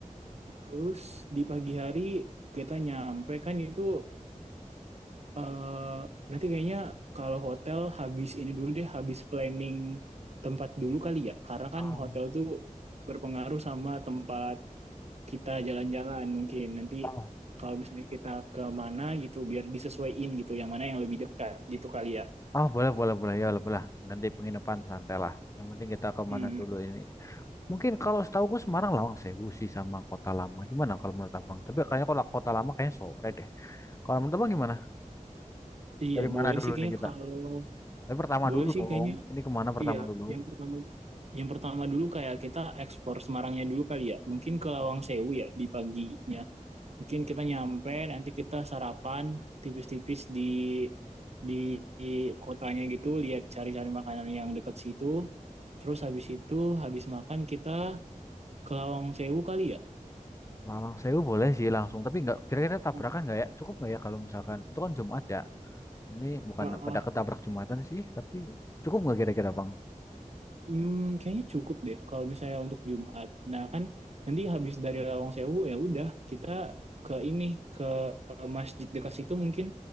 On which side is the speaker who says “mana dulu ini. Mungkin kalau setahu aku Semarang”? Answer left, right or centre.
Left